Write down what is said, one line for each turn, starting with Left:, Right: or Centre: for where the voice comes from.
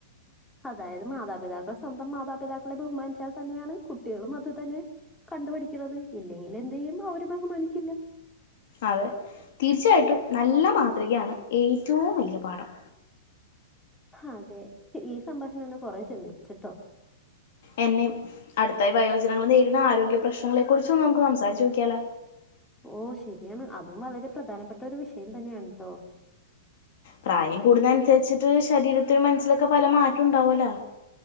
Centre: അതായത് മാതാപിതാക്കൾ സ്വന്തം മാതാപിതാക്കളെ ബഹുമാനിച്ചാൽ തന്നെയാണ് കുട്ടികളും അത് തന്നെ. കണ്ടുപഠിക്കണത്. ഇല്ലെങ്കിൽ എന്ത് ചെയ്യും അവെര് ബഹുമാനിക്കില്ല.
Left: അതെ തീർച്ചയായിട്ടും നല്ല മാതൃകയാണ് ഏറ്റവും വല്യ പാഠം.
Centre: അതെ ഈ സംഭാഷണം എന്നെ കൊറെ ചിന്തിപ്പിച്ചിട്ടോ.
Left: എന്നെയും. അടുത്തായി വയോജനങ്ങൾ നേരിടുന്ന ആരോഗ്യ പ്രശ്നങ്ങളെക്കുറിച്ചും നമ്മെക്ക് സംസാരിച്ചു നോക്കിയാലോ.
Centre: ഓ ശെരിയാണ്. അതും വളരെ പ്രധാനപ്പെട്ട ഒര് വിഷയം തന്നെയാണുട്ടോ.
Left: പ്രായം കൂടുന്നതനുസരിച്ചിട്ട് ശരീരത്തിന് മനസ്സിലൊക്കെ പല മാറ്റൊണ്ടാവല്ലോ.